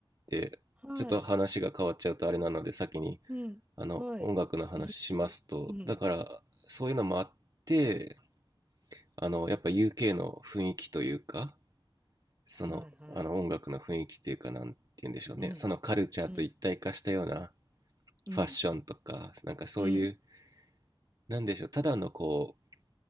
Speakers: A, on the right; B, on the right.
A: て、
B: はい。
A: ちょっと話が変わっちゃうとあれなので先に
B: うん。
A: あの音楽の話しますとだからそういうのもあって
B: はい。イギリス。うん。
A: あのやっぱ UK の雰囲気というかそのあの音楽の雰囲気というかなんて言うんでしょうねそのカルチャーと一体化したような
B: はいはい。うん。うん。うん。
A: ファッションとかなんかそういう
B: うん。
A: なんでしょうただのこう